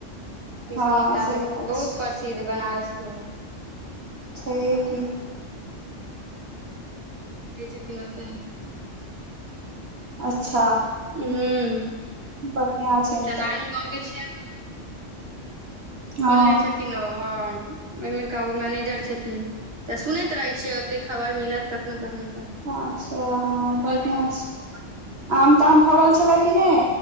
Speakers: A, on the right; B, on the right.
A: त
B: हँ
A: सब निकालत
B: सही बात
A: बहुत
B: छै
A: प्रसिद्ध बनारस के
B: रैब की
A: लै छथिन ओतऽ
B: अच्छा
A: ह
B: बढ़िआँ छनि
A: एकटाऽ
B: तऽ
A: नानी गाँव के छै हमर
B: हँ
A: बोलने छथिन ओ हँ ओहिमे का ओ मैनेजर छथिन तऽ सुनैत रहैत छियै ओतेक खबर मिलत कखनो कखन क
B: अच्छा
A: से
B: बढ़िआं
A: बड नीक
B: छै आम ताम फड़ल छलै कि नहि